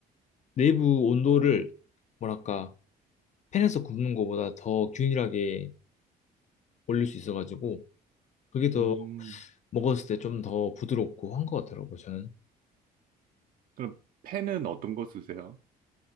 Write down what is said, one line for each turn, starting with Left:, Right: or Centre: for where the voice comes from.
Left: 내부 온도를 뭐랄까 팬에서 굽는 것보다 더 균일하게 올릴 수 있어가지고 그게 더
Right: 음,
Left: 먹었을 때 좀 더 부드럽고 한 것 같더라고요. 저는
Right: 그럼 펜은 어떤 거 쓰세요?